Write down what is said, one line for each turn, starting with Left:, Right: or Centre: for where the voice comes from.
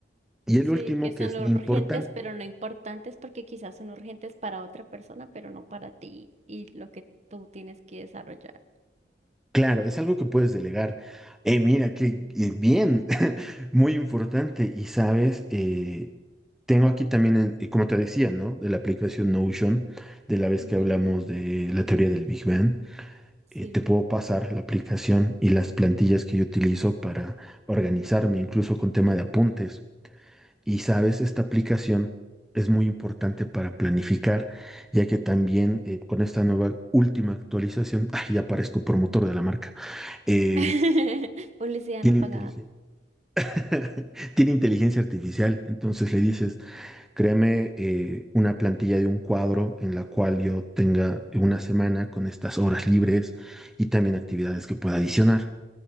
Centre: Y el
Right: Sí,
Centre: último,
Right: que son
Centre: que es
Right: urgentes,
Centre: Mm. importante
Right: pero no importantes, porque quizás son urgentes para otra persona, pero no para ti y lo que tú tienes que desarrollar.
Centre: Claro, es algo que puedes delegar. Eh, mira, qué eh, bien, <laughs> muy importante. Y sabes, eh, tengo aquí también, en- eh, como te decía, ¿no? De la aplicación Notion, de la vez
Right: Ujú,
Centre: que hablamos de la teoría del Big Bang,
Right: Sí.
Centre: eh, te puedo pasar la aplicación y las plantillas que yo utilizo para organizarme, incluso con tema de apuntes. Y sabes, esta aplicación es muy importante para planificar, ya que también eh, con esta nueva última actualización, <laughs> ay, ya parezco promotor de la marca, eh,
Right: <laughs> Publicidad
Centre: tiene
Right: no
Centre: inteligencia,
Right: pagada.
Centre: <laughs> tiene inteligencia artificial. Entonces le dices, créame eh, una plantilla de un cuadro en la cual yo tenga una semana con estas horas libres y también actividades que pueda adicionar.